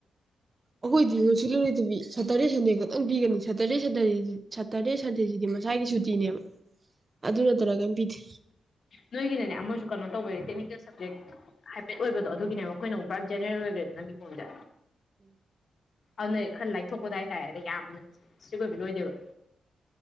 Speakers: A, on the right; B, on the left.
A: ꯑꯈꯣꯏꯗꯤ ꯅꯨꯡꯁꯤꯠꯂꯔꯣꯏꯗꯕꯤ ꯁꯇꯔꯗꯦ ꯁꯟꯗꯦ ꯈꯛꯇꯪ ꯄꯤꯒꯅꯤ ꯁꯇꯔꯗꯦ ꯁꯇꯔ ꯁꯇꯔꯗꯦ ꯁꯟꯗꯦꯁꯤꯗꯤ ꯃꯁꯥꯒꯤ ꯁꯨꯇꯤꯅꯦꯕ ꯑꯗꯨ ꯅꯠꯇꯅ ꯀꯔꯤꯝ ꯄꯤꯗꯦ
B: ꯅꯣꯏꯒꯤꯅꯅꯦ ꯑꯃꯁꯨ ꯀꯅꯣ ꯇꯧꯕꯩ ꯇꯦꯛꯅꯤꯀꯦꯜ ꯁꯕꯖꯦꯛ ꯍꯥꯏꯐꯦꯠ ꯑꯣꯏꯕꯗꯣ ꯑꯗꯨꯒꯤꯅꯦꯕ ꯑꯈꯣꯏꯅꯃꯨꯛ ꯄꯨꯔꯥ ꯖꯦꯅꯦꯔꯦꯜ ꯑꯣꯏꯒ꯭ꯔꯦꯗꯅ ꯕꯤ ꯀꯣꯝꯖꯦ
A: <unintelligible>
B: ꯑꯗꯨꯅ ꯈꯔ ꯂꯥꯏꯊꯣꯛꯄꯗ ꯍꯥꯏꯇꯥꯔꯦ ꯑꯗ ꯌꯥꯝꯅ ꯏꯇ꯭ꯔꯤꯛ ꯑꯣꯏꯕꯗꯣ ꯑꯣꯏꯗꯦꯕ